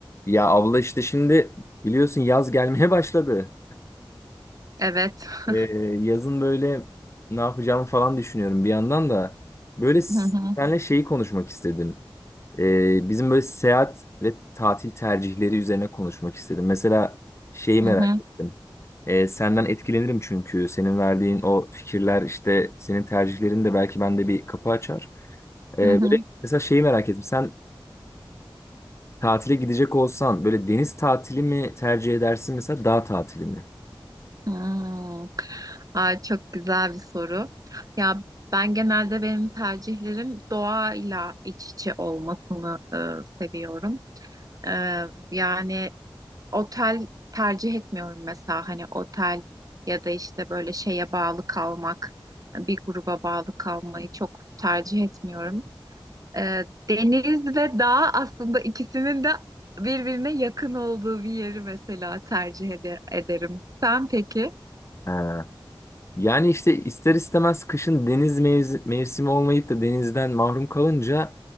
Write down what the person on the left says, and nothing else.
Ya abla işte şimdi biliyorsun yaz gelmeye <laughs> başladı.
Ee, yazın böyle ne yapacağımı falan düşünüyorum bir yandan da. Böyle s-
seninle şeyi konuşmak istedim. Ee, bizim böyle seyahat ve tatil tercihleri üzerine konuşmak istedim. Mesela şeyi merak
ettim. Ee, senden etkilenirim çünkü senin verdiğin o fikirler işte senin tercihlerin de belki bende bir kapı açar. Ee,
böyle mesela şeyi merak ettim. Sen tatile gidecek olsan böyle deniz tatili mi tercih edersin mesela dağ tatili mi?
Ha. Yani işte ister istemez kışın deniz mevzi- mevsimi olmayıp da denizden mahrum kalınca